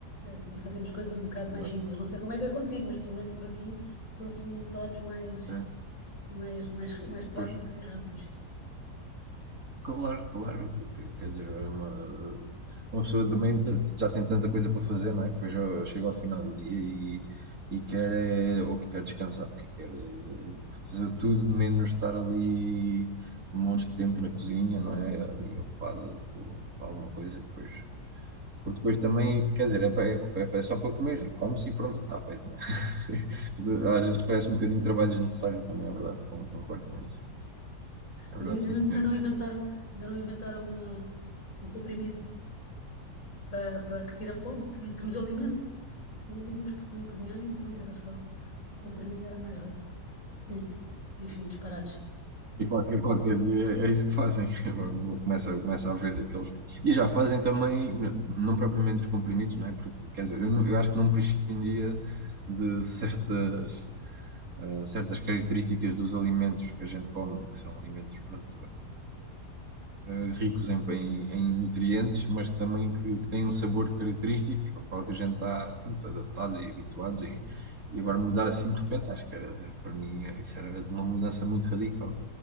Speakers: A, on the left (about 50°); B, on the right (about 55°).
A: assim fazemos coisas um bocado mais
B: Exato.
A: simples. Não sei como é que é contigo, mas pelo menos por aqui são assim pratos mais,
B: É,
A: mais, mais, mais práticos
B: pois.
A: e rápidos.
B: Claro, claro, porque, quer dizer, é uma, uma pessoa também t- já tem tanta coisa para fazer, não é? Depois já chega ao final do dia e, e quer, é, ou quer descansar, quer eh, fazer tudo menos estar ali um monte de tempo na cozinha, não é? Ali ocupado com, com alguma coisa, e depois, porque depois também, quer dizer, é, pa- é, é- é só para comer, é, come-se e pronto, está feito, não é? <laughs> De- Às vezes parece um bocadinho de trabalho desnecessário também, é verdade, con- concordo com isso. É
A: Ainda
B: verdade, sim, senhora.
A: ainda não inventaram, ainda não inventaram uma- um comprimido para, para que tire a fome, que, que nos alimente. Assim não tínhamos que nem cozinhar nem comer, era só o comprimido era mais rápido. Hum. Enfim, disparados.
B: E qualquer, qualquer dia é isso que fazem. <laughs> Começa, começa a ver aqueles. E já fazem também, n- não propriamente os comprimidos, não é? Porque, quer dizer, eu, não- eu acho que não prescindia de certas, ah, certas características dos alimentos que a gente come, que são alimentos, pronto, eh, ricos em, em- em nutrientes, mas que também que, que têm um sabor característico ao qual que a gente está pronto, adaptados e habituados. E, e agora mudar assim de repente, acho que era, para mim eh, isso era uma mudança muito radical.